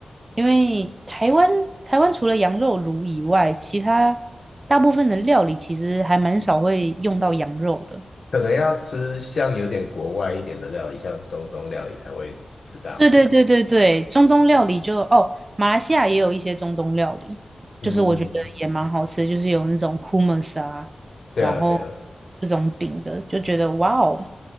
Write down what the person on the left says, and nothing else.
可能要吃像有点国外一点的料理，像中东料理才会吃到。
嗯，
对啊，
对啊。